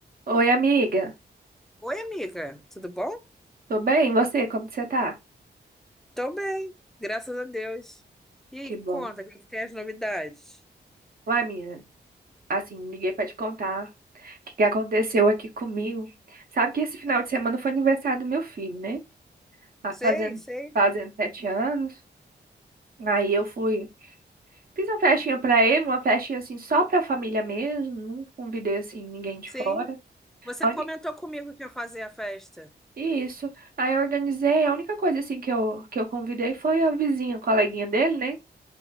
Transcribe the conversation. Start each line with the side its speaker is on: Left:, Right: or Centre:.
Right: Oi, amiga.
Centre: Oi, amiga, tudo bom?
Right: Tô bem? E você? Como que você tá?
Centre: Tô bem, graças a Deus. E aí,
Right: Que bom.
Centre: conta, o que que tem as novidades?
Right: Uai, menina, assim, liguei pra te contar o que que aconteceu aqui comigo. Sabe que esse final de semana foi aniversário do meu filho, né? Tá
Centre: Sei,
Right: fazendo,
Centre: sei,
Right: fazendo sete anos. Aí eu fui, fiz uma festinha pra ele, uma festinha assim só pra família mesmo. Não convidei assim ninguém de
Centre: sim.
Right: fora.
Centre: Você
Right: A
Centre: comentou
Right: uni-
Centre: comigo que ia fazer a festa.
Right: Isso. Aí eu organizei. A única coisa assim que eu, que eu convidei foi a vizinha, a coleguinha dele, né?